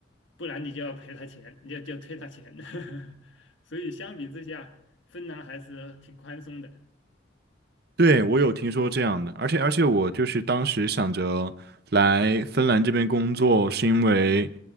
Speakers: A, on the left (about 80°); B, on the right (about 55°).
A: 不然你就要赔他钱，你就就退他钱。<laughs> 所以相比之下，芬兰还是挺宽松的。
B: 对，我有听说这样的，而且而且我就是当时想着来芬兰这边工作，是因为，